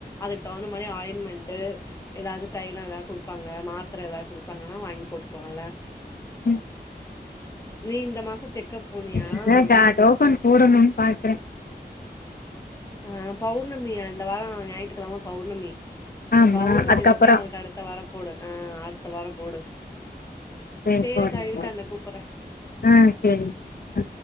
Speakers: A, on the left; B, on the left.
A: அதுக்கு தகுந்த மாரி ஆயின்மெண்ட் எதாவ்து தைல எதாது குடுப்பாங்க மாத்தர எதாது குடுத்தாங்கனா வாங்கி போட்டுக்கலால
B: ம்
A: நீ இந்த மாசோ செக்கப் போனியா
B: இல்லாக்கா டோக்கன் போடணுன் பாக்கற
A: அ பௌர்ணமி இந்த வார ஞாயித்துகெழம பௌர்ணமி
B: ஆமா
A: பௌர்ணமிக்கப்பற
B: அதுக்கப்புறோ
A: அதுக்கு அடுத்த வார போடு ஆ அடுத்த வாரம் போடு
B: செரி
A: சேரிக்கா
B: போறங்க
A: இரு அக்கா இந்த கூப்புறே
B: ஆ செரி ஆ